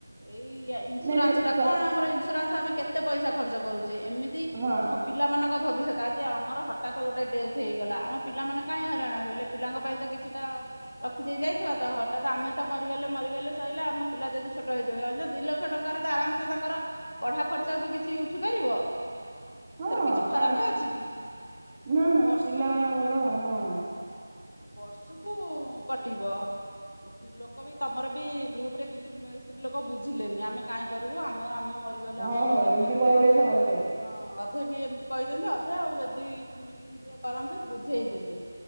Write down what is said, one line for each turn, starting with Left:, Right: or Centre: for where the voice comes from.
Left: ଏଇ ୟା ଇନ୍ସୁରାନ୍ସ
Right: ନାଇଁ ସ
Left: ଟା
Right: ସ
Left: କଣ ଆମର ଇନ୍ସୁରାନ୍ସ? ଆମେ କେତେ ପଇସା ଖର୍ଚ୍ଚ କରୁଛେ। ଏମିତି
Right: ହଁ
Left: ଆମ ପିଲାମାନକ୍ କ ଭବିଷ୍ୟତ ଯେ ଆମର ହଟାତ୍ ଗୋଟେ ଡେଥ୍ ହେଇଗଲା। ଆମ ପିଲାମାନେ କାଇଁ ହଇରାଣ ହେବେ। ଲେ ପିଲାଙ୍କ ପାଇଁ ତ କିଛିଟା ଅ ରଖିଦେଇ ଯାଇଥିବ ତ ହଠାତ୍ ଆମେ ତ ମରିଗଲେ ମରିଗଲେ ସ‌ଇଲା ଆମ ପିଲା ଯଦି ଛୋଟ ହେଇଦ ରଯ ଲକ୍ଷ ଟଙ୍କାରେ ତ ଆରାମସେ ତାଙ୍କର ପଢା ଖର୍ଚ୍ଚ ବି କିଛି ଉଠି ପାରିବ।
Right: ହଁ
Left: ଥର କିଛି ଖରାପ
Right: ଆ
Left: ଅଛି କି? ଆଉ
Right: ନା ନା
Left: ବର୍ଷ
Right: ପିଲାମାନଙ୍କର ହଁ।
Left: ବର୍ଷୁକୁ କଟିବ ଲୋକ ବି ତମର ବି ଗ୍ରୁପ ରେ କିଛି ମିସ୍ ଲୋକ ବୁଝିଲେନି ଆମେ କାଇଁ କରିବୁ ଆମ ଆମେ ମରିଗଲେ
Right: ହଁ
Left: ଆମର
Right: ହ
Left: ଇଏ
Right: ଏମିତି
Left: ହେଇଯାଉଛି।
Right: କହିଲେ ସମସ୍ତେ।
Left: ହଁ ଅଧେ ବି ଏମତି କହିଛନ୍ତି। ଅଧେ ଆଉ ଯଦି ମିଟିଂ ଟିକେ କରନ୍ତେ ବୁଝେଇଦେବେ।